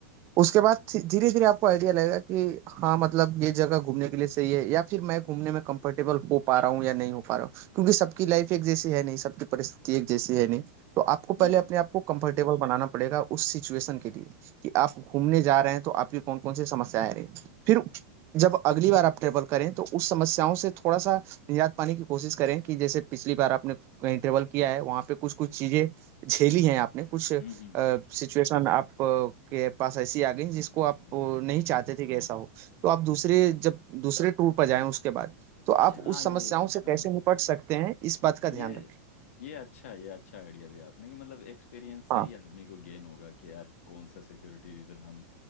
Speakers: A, on the right; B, on the left.
A: उसके बाद धीरे धीरे आपको आइडिया लगेगा कि हाँ मतलब ये जगह घूमने के लिए सही है या फिर मैं घूमने में कंफर्टेबल हो पा रहा हूँ या नहीं हो पा रहा हूँ क्योंकि सबकी लाइफ एक जैसी है नहीं सबकी परिस्थिति एक जैसी है नहीं तो आपको पहले
B: हम्म
A: अपने आप को कंफर्टेबल बनाना पड़ेगा उस सिचुएशन के लिए कि आप घूमने जा रहे हैं तो आपकी कौन कौन सी समस्याएं आ रही हैं। फिर जब अगली बार आप ट्रेवल करें तो उस समस्याओं से थोड़ा सा निजात पाने की कोशिश करें कि जैसे पिछली बार आपने कहीं ट्रेवल किया है वहां पे कुछ कुछ चीजें झेली हैं आपने कुछ
B: हम्म हम्म, हम्म,
A: सिचुएशन आप अ, के पास ऐसी आ गई जिसको आप
B: हम्म।
A: अ, नहीं चाहते थे कि ऐसा हो तो आप दूसरे जब दूसरे टूर पर जाएं उसके बाद तो
B: अच्छा
A: आप
B: हाँ
A: उस
B: ये
A: समस्याओं से
B: हाँ
A: कैसे निपट सकते हैं इस बात
B: ये
A: का ध्यान रखें
B: ये अच्छा है ये अच्छा आइडिया दिया आपने कि मतलब एक्सपीरियंस से
A: हाँ
B: ही आदमी को गेन होगा कि यार कौन सा सिक्योरिटी रीजन हम